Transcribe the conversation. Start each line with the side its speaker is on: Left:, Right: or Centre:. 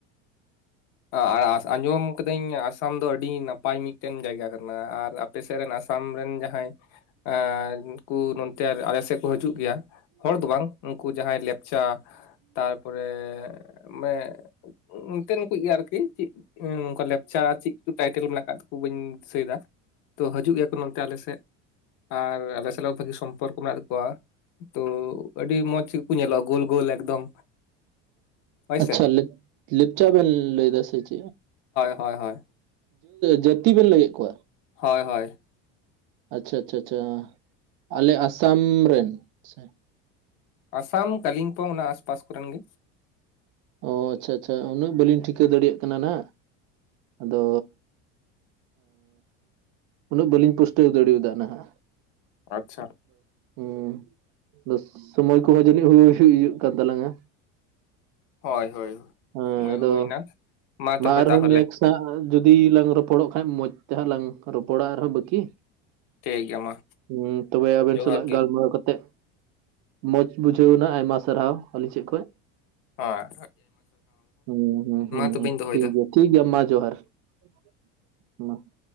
Left: ᱟᱨ ᱟᱸᱡᱚᱢ ᱠᱟᱹᱫᱟᱹᱧ ᱟᱥᱟᱢ ᱫᱚ ᱟᱹᱰᱤ ᱱᱟᱯᱟᱭ ᱢᱤᱫᱴᱮᱱ ᱡᱟᱭᱜᱟ ᱠᱟᱱᱟ ᱟᱨ ᱟᱯᱮᱥᱮᱫ ᱨᱮᱱ ᱟᱥᱟᱢ ᱨᱮᱱ ᱡᱟᱦᱟᱸᱭᱠᱩ ᱱᱚᱛᱮ ᱟᱞᱮᱥᱮᱫ ᱠᱚ ᱦᱤᱡᱩᱜ ᱠᱟᱱᱟ ᱜᱮᱭᱟ ᱦᱚᱲ ᱫᱚ ᱵᱟᱝ ᱩᱱᱠᱩ ᱡᱟᱦᱟᱸᱭ ᱞᱮᱯᱪᱟ ᱛᱟᱨᱯᱚᱨᱮ ᱢᱟᱱᱮ <inaudible> <inaudible> ᱜᱮᱭᱟ ᱟᱨᱠᱤ ᱪᱮᱫ ᱱᱚᱝᱠᱟ ᱞᱮᱯᱪᱟ ᱪᱮᱫ ᱠᱚ ᱴᱟᱭᱴᱮᱞ ᱢᱮᱱᱟᱜ ᱟᱠᱟᱫᱟᱠᱚ ᱵᱟᱹᱧ ᱫᱤᱥᱟᱹᱭᱮᱫᱟ ᱛᱳ ᱦᱤᱡᱩᱜ ᱜᱮᱭᱟᱠᱚ ᱢᱮᱱᱛᱮ ᱟᱞᱮ ᱥᱮᱫ ᱟᱨ ᱟᱞᱮ ᱥᱟᱞᱟᱜ ᱵᱷᱟᱹᱜᱤ ᱥᱚᱢᱯᱚᱨᱠᱚ ᱢᱮᱱᱟᱜ ᱛᱟᱠᱚᱣᱟ ᱛᱚ ᱟᱹᱰᱤ ᱢᱚᱸᱡᱽ ᱥᱚᱵ ᱠᱚ ᱧᱮᱞᱚᱜᱼᱟ ᱜᱳᱞ ᱜᱳᱞ ᱮᱠᱫᱚᱢ ᱦᱳᱭᱥᱮ
Right: ᱟᱪᱪᱷᱟ ᱞᱮᱯ ᱞᱮᱯᱪᱟ ᱵᱮᱱ ᱞᱟᱹᱭ ᱫᱟᱥᱮ ᱪᱮᱫ
Left: ᱦᱳᱭ ᱦᱳᱭ
Right: ᱡᱟᱹᱛᱤ ᱵᱮᱱ ᱞᱟᱹᱭᱮᱫ ᱠᱚᱣᱟ
Left: ᱦᱳᱭ ᱦᱳᱭ
Right: ᱟᱪᱪᱷᱟ ᱟᱪᱪᱷᱟ ᱟᱪᱪᱷᱟ ᱟᱞᱮ ᱟᱥᱟᱢ ᱨᱮᱱ ᱥᱮ
Left: ᱟᱥᱟᱢ ᱠᱟᱞᱤᱝᱯᱚ ᱚᱱᱟ ᱟᱥᱯᱟᱥ ᱠᱚᱨᱮᱱ ᱜᱮ
Right: ᱚ ᱟᱪᱪᱷᱟ ᱟᱪᱪᱷᱟ ᱩᱱᱟᱹᱜ ᱵᱟᱹᱞᱤᱧ ᱴᱷᱤᱠᱟᱹ ᱫᱟᱲᱮᱭᱟᱜ ᱠᱟᱱᱟ ᱦᱟᱸᱜ ᱟᱫᱚ ᱩᱱᱟᱹᱜ ᱵᱟᱹᱞᱤᱧ ᱯᱩᱥᱴᱟᱹᱣ ᱫᱟᱲᱮᱭᱟᱫᱟ ᱱᱟᱦᱟᱜ
Left: ᱟᱪᱪᱷᱟ
Right: ᱦᱮᱸ ᱟ ᱥᱚᱢᱚᱭ ᱠᱚᱦᱚᱸ ᱡᱟᱹᱱᱤᱡ ᱠᱟᱱ ᱛᱟᱞᱟᱝᱟ
Left: ᱦᱳᱭ ᱦᱳᱭ
Right: ᱦᱮᱸ
Left: ᱥᱚᱢᱚᱭ
Right: ᱟᱫᱚ
Left: ᱦᱩᱭᱱᱟ ᱛᱚᱵᱮ
Right: ᱢᱟ ᱟᱨᱦᱚᱸ
Left: ᱛᱟᱦᱚᱞᱮ
Right: ᱱᱮᱥᱴ ᱡᱩᱫᱤ ᱞᱟᱝ ᱨᱚᱯᱚᱲᱚᱜ ᱠᱟᱱᱟ ᱵᱟᱝᱠᱷᱟᱱᱡ ᱢᱚᱸᱡᱽ ᱛᱮᱦᱚᱸ ᱞᱟᱝ ᱨᱚᱯᱚᱲᱟ ᱟᱨᱦᱚᱸ ᱵᱟᱹᱠᱤ
Left: ᱴᱷᱤᱠ ᱜᱮᱭᱟ ᱢᱟ
Right: ᱦᱩᱸ ᱛᱚᱵᱮ ᱟᱵᱮᱱ
Left: ᱡᱚᱦᱟᱨ
Right: ᱥᱟᱞᱟᱜ
Left: ᱜᱮ
Right: ᱜᱟᱞᱢᱟᱨᱟᱣ ᱠᱟᱛᱮ ᱢᱚᱡᱽ ᱵᱩᱡᱷᱟᱹᱣᱱᱟ ᱟᱭᱢᱟ ᱥᱟᱨᱦᱟᱣ ᱟᱹᱞᱤᱧ ᱥᱮᱫ ᱠᱷᱚᱡ
Left: ᱦᱳᱭ
Right: ᱦᱮᱸ ᱦᱮ
Left: ᱛᱚᱵᱮᱧ
Right: ᱦᱮ
Left: ᱫᱚᱦᱚᱭᱮᱫᱟ
Right: ᱴᱷᱤᱠ ᱜᱮᱭᱟ ᱴᱷᱤᱠ ᱜᱮᱭᱟ ᱢᱟ ᱡᱚᱦᱟᱨ <inaudible>